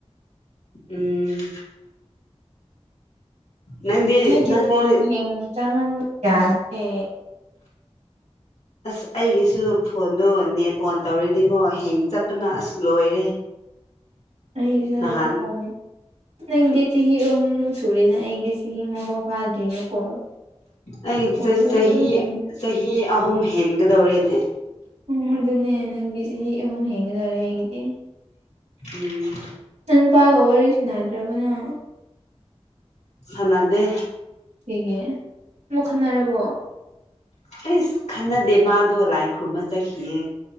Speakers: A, on the left; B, on the right.
A: ꯎꯝ ꯅꯪꯗꯤ
B: ꯃꯤꯒꯤ
A: ꯅꯪꯗꯤ
B: ꯐꯣꯟ ꯍꯦꯡ ꯆꯪꯃꯟꯕ ꯌꯥꯗꯦ
A: ꯑꯁ ꯑꯩꯒꯤꯁꯨ ꯐꯣꯟꯗꯣ ꯅꯦꯠ ꯑꯣꯟ ꯇꯧꯔꯗꯤꯀꯣ ꯍꯦꯡ ꯆꯠꯄꯅ ꯑꯁ ꯂꯣꯏꯔꯦ
B: ꯑꯩꯒꯤꯖꯨ
A: ꯅꯍꯥꯟ
B: ꯐꯣꯟ ꯅꯪꯒꯤꯗꯤ ꯆꯍꯤ ꯑꯍꯨꯝ ꯁꯨꯔꯦꯅꯦ ꯑꯩꯗꯤ ꯆꯍꯤ ꯑꯃ ꯐꯥꯎ ꯐꯥꯗ꯭ꯔꯤꯕꯀꯣ
A: ꯑꯩ
B: ꯐꯣꯟꯗꯣ
A: ꯆꯍꯤ
B: ꯑꯗꯨꯝ ꯌꯦꯡ
A: ꯆꯍꯤ ꯑꯍꯨꯝ ꯍꯦꯟꯒꯗꯧꯔꯦꯅꯦ
B: ꯎꯝ ꯑꯗꯨꯅꯦ ꯅꯪꯗꯤ ꯆꯍꯤ ꯑꯍꯨꯝ ꯍꯦꯟꯒꯗꯧꯔꯦ ꯑꯩꯒꯤꯗꯤ
A: ꯎꯝ
B: ꯅꯪ ꯅꯨꯄꯥꯒ ꯋꯥꯔꯤ ꯁꯥꯟꯅꯗ꯭ꯔꯕꯣ ꯅꯪ
A: ꯁꯥꯟꯅꯗꯦ
B: ꯀꯩꯒꯤ ꯑꯃꯨꯛ ꯈꯟꯅꯔꯕꯣ
A: ꯑꯩꯁ ꯈꯟꯅꯗꯦ ꯃꯥꯗꯣ ꯂꯥꯏ ꯈꯨꯔꯨꯝꯃ ꯆꯠꯈꯤꯌꯦ